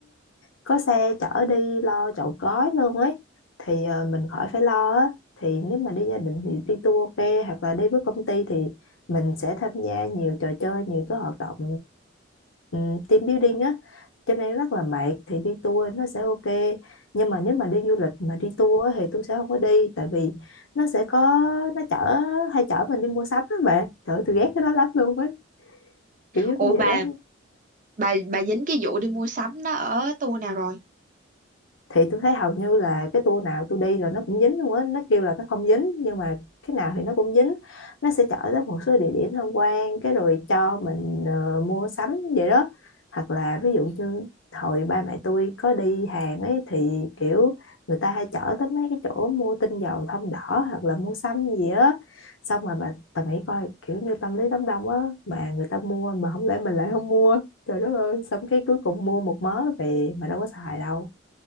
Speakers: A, on the left; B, on the right.
A: có xe chở đi lo chọn gói luôn ấy thì ờ, mình khỏi phải lo á thì nếu mà đi gia đình thì đi tour ok hoặc là đi với công ty thì mình sẽ tham gia nhiều trò chơi nhiều cái hoạt động ừm, team building á cho nên rất là mệt thì đi tour nó sẽ ok nhưng mà nếu mà đi du lịch mà đi tour á thì tôi sẽ không có đi tại vì nó sẽ có nó chở hay chở mình đi mua sắm đó bạn trời ơi, tôi ghét cái đó lắm luôn á kiểu giống
B: ủa
A: như
B: bà
A: vậy đó
B: bà bà dính cái vụ đi mua sắm nó ở tour nào rồi
A: thì tôi thấy hầu như là cái tour nào tôi đi là nó cũng dính luôn á nó kêu là nó không dính nhưng mà cái nào thì nó cũng dính nó sẽ chở tới một số địa điểm tham quan cái rồi cho mình ờ, mua sắm vậy đó hoặc là ví dụ như hồi ba mẹ tôi có đi Hàn ấy thì kiểu người ta hay chở tới mấy cái chỗ mua tinh dầu thông đỏ hoặc là mua sắm gì á xong rồi bà, bà nghĩ coi kiểu như tâm lý đám đông á mà người ta mua mà không lẽ mình lại không mua trời đất ơi xong cái cuối cùng mua một mớ về mà đâu có xài đâu